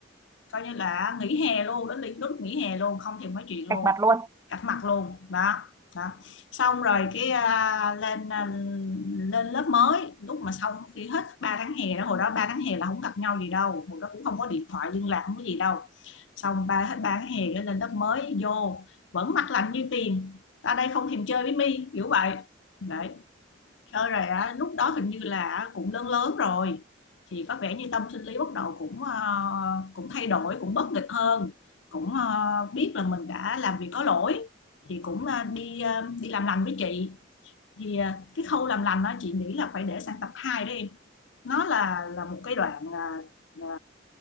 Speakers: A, on the left; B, on the right.
A: coi như là nghỉ hè luôn đến li- lúc nghỉ hè luôn không thèm nói chuyện luôn
B: cạch mặt luôn
A: cạch mặt luôn đó đó xong rồi cái à, lên à, lên lớp mới lúc mà xong khi hết 3 tháng hè đó hồi đó 3 tháng hè là không gặp nhau gì đâu hồi đó cũng không có điện thoại liên lạc không có gì đâu xong ba hết 3 tháng hè cái lên lớp mới vô vẫn mặt lạnh như tiền ta đây không thèm chơi với mi kiểu vậy đấy Chơi rồi á, lúc đó hình như là cũng lớn lớn rồi thì có vẻ như tâm sinh lý bắt đầu cũng ờ, cũng thay đổi, cũng bất nghịch hơn, cũng ờ, biết là mình đã làm việc có lỗi thì cũng ờ, đi ờ, đi làm lành với chị. Thì ờ, cái khâu làm lành đó chị nghĩ là phải để sang tập 2 đó em. Nó là là một cái đoạn ờ, ờ,